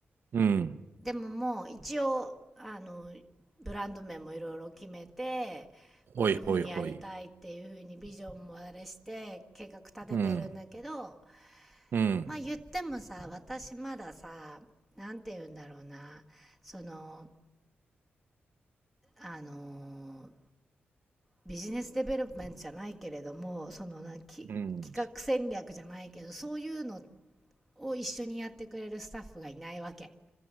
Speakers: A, on the right; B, in the centre.
A: うん。
B: でももう一応、あの、ブランド名もいろいろ決めて、
A: ほいほいほい。
B: こういうふうにやりたいっていう風にビジョンもあれして計画立ててるんだけど、
A: うん。うん。
B: まあ言ってもさ、私まださ、なんて言うんだろうな、その、あのビジネスデベロップメントじゃないけれどもそのなき企画戦略じゃないけどそういうの
A: うん。
B: を一緒にやってくれるスタッフがいないわけ